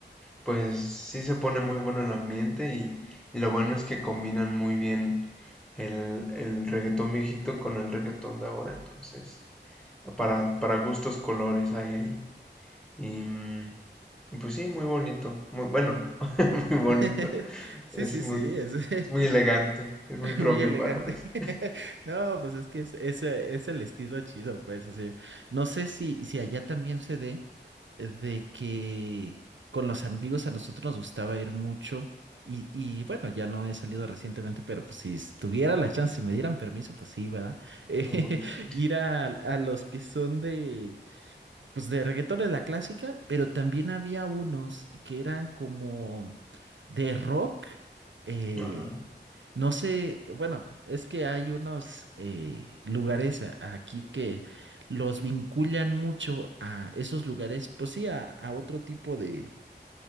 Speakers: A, in the centre; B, on the right.
A: Pues sí se pone muy bueno el ambiente y, y lo bueno es que combinan muy bien el, el reggaetón viejito con el reggaetón de ahora. Entonces, para, para gustos colores hay ahí. Y mm, y pues sí, muy bonito. Muy, bueno, <laughs> muy bonito.
B: <laughs> Sí,
A: Es
B: sí,
A: muy,
B: sí, es, <laughs>
A: es muy elegante. Es muy propio
B: Muy elegante.
A: para decir.
B: <laughs> No, pues es que es, es, eh, es el estilo chido, pues. O sea, no sé si, si allá también se dé eh, de que con los amigos a nosotros nos gustaba ir mucho. Y, y bueno, ya no he salido recientemente, pero pues si tuviera la chance, si me dieran permiso, pues sí, ¿verdad? <laughs> Eh,
A: Ujú,
B: ir a, a los que son de, pues de reggaetón de la clásica, pero también había unos que eran como de rock. eh,
A: Ajá.
B: no sé, bueno, es que hay unos eh, lugares a- aquí que los vinculan mucho a esos lugares, pues sí, a, a otro tipo de,